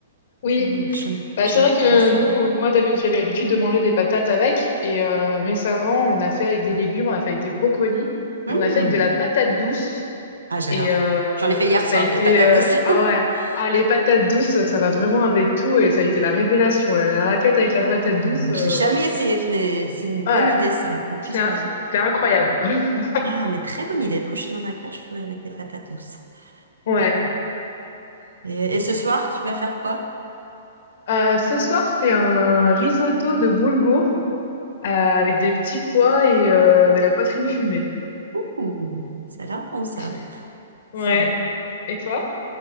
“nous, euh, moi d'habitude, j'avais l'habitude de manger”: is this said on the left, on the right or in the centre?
Left